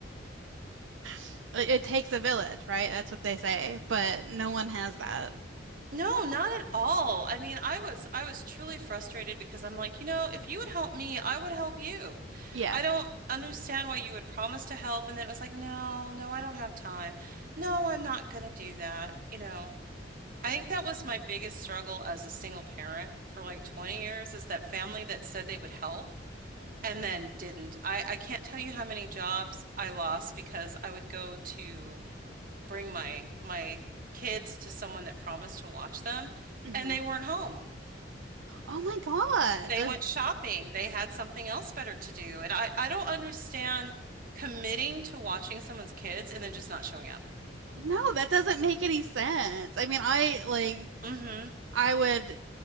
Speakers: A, on the right; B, on the right.
A: <laughs> it takes a village, right? That's what they say, but no one has that.
B: No, not at all. I mean, I was I was truly frustrated because I'm like, you know, if you would help me, I would help you.
A: Yeah.
B: I don't understand why you would promise to help and then it was like, no, no, I don't have time. No, I'm not gonna do that. You know, I think that was my biggest struggle as a single parent for like 20 years is that family
A: Mhm.
B: that said they would help and then didn't. I I can't tell you how many jobs I lost because I would go to bring my my kids to someone that promised to watch them,
A: Mhm.
B: and they weren't home.
A: Oh my God.
B: They went shopping. They had something else better to do. And I I don't understand committing to watching someone's kids and then just not showing up.
A: No, that doesn't make any sense. I mean, I like
B: Mm-hmm.
A: I would